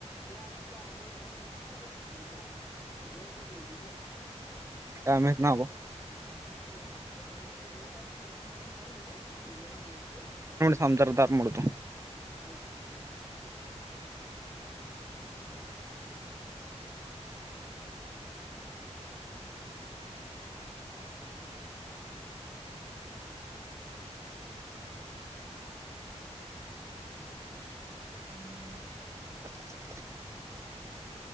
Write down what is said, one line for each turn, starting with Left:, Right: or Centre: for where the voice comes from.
Left: ती आणि ती अनेक बहीण होती माहित त्या पुढग्या होत्या दोघीजण
Right: अमहीच ना होो
Left: त्या आणि सुमताशी आहे की म्हण ह ना सुमी म्हणायची
Right: समजरदार मुळतो
Left: हो हम्
Right: <inaudible>